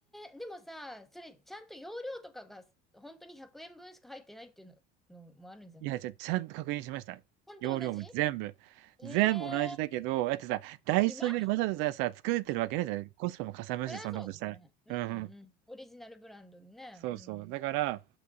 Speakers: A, in the centre; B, on the right.
A: えでもさ、それ、ちゃんと容量とかが、本当に100円分しか入ってないっていうの、のもあるんじゃないち
B: いや、じゃあ、ちゃんと確認しました。
A: ゃんと同じ
B: 容量も全部。
A: ええ
B: 全部同じだけど、だってさ、ダイソーよりわざわざさ、
A: 今
B: 作ってるわけねえじゃん。コスパもかさむし、
A: それはそうね。
B: そんなことしたら。
A: うんうん。
B: うんうん。
A: オリジナルブランドでね。
B: そうそう。
A: うん。
B: だから、